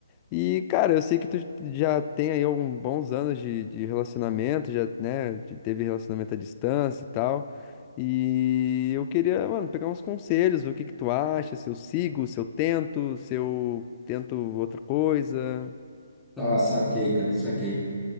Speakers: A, on the left (about 20°); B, in the centre.
A: E, cara, eu sei que tu já tem aí alguns bons anos de, de relacionamento, já, né, de- teve relacionamento à distância e tal. E eu queria, mano, pegar uns conselhos, ver o que que tu acha, se eu sigo, se eu tento, se eu tento outra coisa.
B: tá, saquei, cara, saquei.